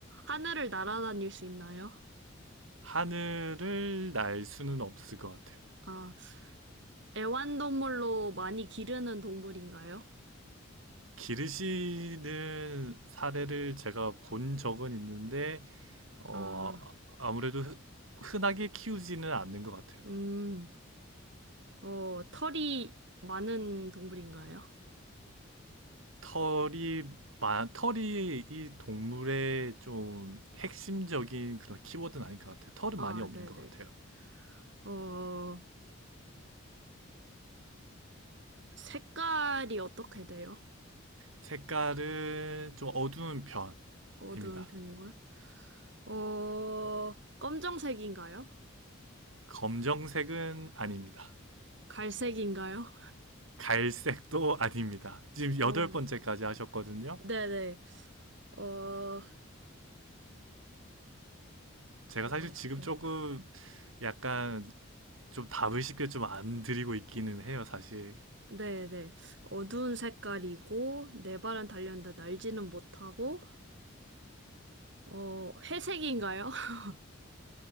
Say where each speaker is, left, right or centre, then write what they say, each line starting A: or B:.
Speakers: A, on the right; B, on the right.
A: 하늘을 날아다닐 수 있나요?
B: 하늘을 날 수는 없을 것 같아요.
A: 아, 애완동물로 많이 기르는 동물인가요?
B: 기르시는 사례를 제가 본 적은 있는데, 어,
A: 아,
B: 아무래도 흔- 흔하게 키우지는 않는 것 같아요.
A: 음, 어, 털이 많은 동물인가요?
B: 털이, 마- 털이 이 동물의 좀 핵심적인 그런 키워드는 아닌 것 같아요. 털은
A: 아,
B: 많이 없는
A: 네네.
B: 것 같아요.
A: 어, 색깔이 어떻게 돼요?
B: 색깔은 좀 어두운 편입니다.
A: 어두운 편이고요. 어, 검정색인가요?
B: 검정색은 아닙니다.
A: 갈색인가요?
B: 갈색도 <laughs> 아닙니다. 지금
A: 어,
B: 여덟 번째까지 하셨거든요.
A: 네네. 어,
B: 제가
A: 뭐가
B: 사실
A: 있을까요?
B: 지금 조금 약간 좀 답을 쉽게 좀 안 드리고 있기는 해요, 사실.
A: 네네. 어두운 색깔이고, 네 발은 달렸는데 날지는 못하고, 어, 회색인가요? <laughs>